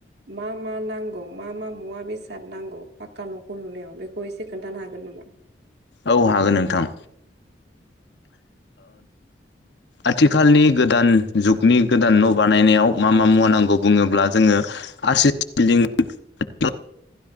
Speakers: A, on the right; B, on the left.
A: मा मा नांगौ मा मा मुवा बेसाद नांगौ फाक्का न'खौ लुनायाव बेखौ एसे खोन्थानो हागोन नामा
B: औ हागोन नोंथां आथिखालनि गोदान जुगनि गोदान न' बानायनायाव मा मा मुवा नांगौ बुङोब्ला जोङो आर सि सि <unintelligible> बिल्डं बिल्डिं